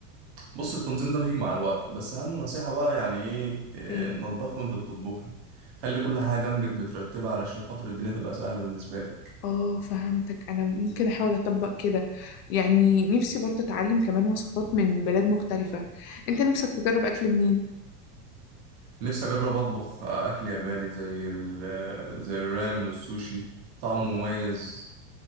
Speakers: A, on the right; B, on the left.
A: بص التنظيم ده بيجي مع الوقت بس اهم نصيحه بقى يعني ايه إيه،
B: ايه
A: نضفي وانت بتطبخي خلي كل حاجه جنبك مترتبه علشان خاطر الدنيا تبقى سهله بالنسبه لك
B: اه فهمتك انا ممكن احاول اطبق كده يعني نفسي برضه اتعلم كمان وصفات من بلاد مختلفه انت نفسك تجرب اكل منين
A: نفسي اجرب اطبخ اكل ياباني زي ال- آه، زي الرامن والسوشي طعمه مميز